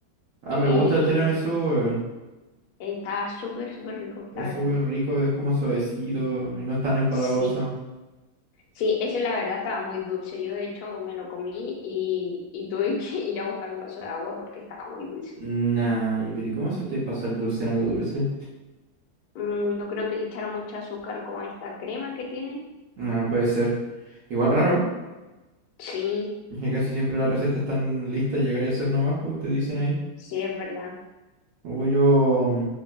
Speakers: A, on the right (about 60°); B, on the left (about 65°).
A: Ah,
B: Eh,
A: me gusta el tiramisú, weón.
B: estaba súper, súper rico,
A: Es
B: la verdad.
A: súper rico, es como suavecito y no es tan empalagoso.
B: Sí, sí, ese la verdad estaba muy dulce. Yo de hecho me lo comí y, y tuve que <laughs> ir a buscar un vaso de agua porque estaba muy dulce.
A: Nah, ¿y pero ¿y cómo se te pasa el dulce en algo dulce?
B: Mm, yo creo que le echaron mucho azúcar como a esta crema que tiene.
A: No puede ser. Igual raro,
B: Sí,
A: que casi siempre las recetas están listas, llegar y hacer nomás, pues te dicen ahí.
B: sí, es verdad.
A: Uy, yo mm,